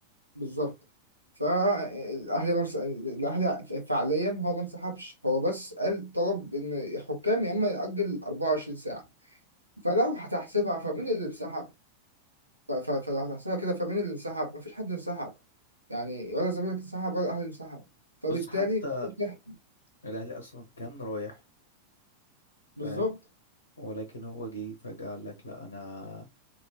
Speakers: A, on the right (about 85°); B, on the left (about 75°).
A: بالظبط فالأهلي منس... الأهلي فعليا هو ما انسحبش هو بس قال طلب إن الحكام يا إما يأجل 24 ساعة فلو هتحسبها فمين اللي انسحب ف- ف- فلو هتحسبها كده فمين اللي انسحب مفيش حد انسحب يعني ولا الزمالك انسحب ولا الاهلي انسحب فبالتالي
B: بص حتى
A: مفيش ضحك.
B: الاهلي اصلا كان رايح
A: بالظبط
B: فاهم ولكن هو جه فجأة قال لك لا انا